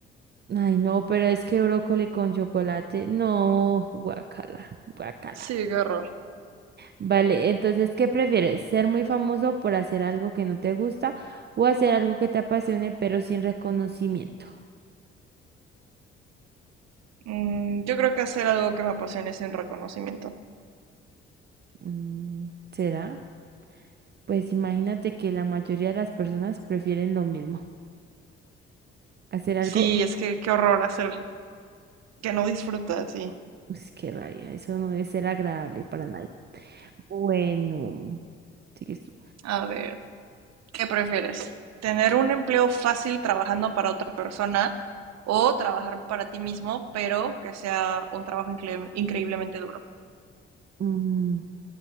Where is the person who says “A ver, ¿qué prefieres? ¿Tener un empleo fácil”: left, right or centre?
Right